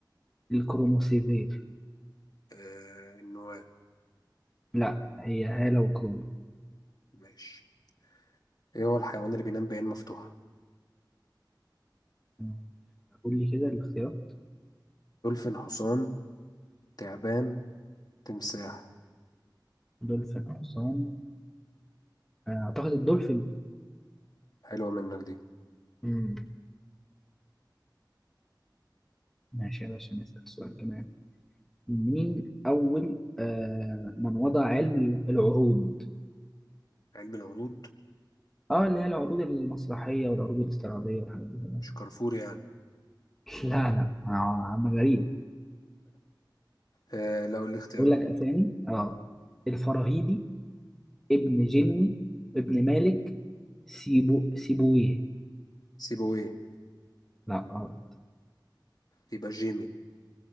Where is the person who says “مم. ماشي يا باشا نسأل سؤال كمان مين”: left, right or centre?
Centre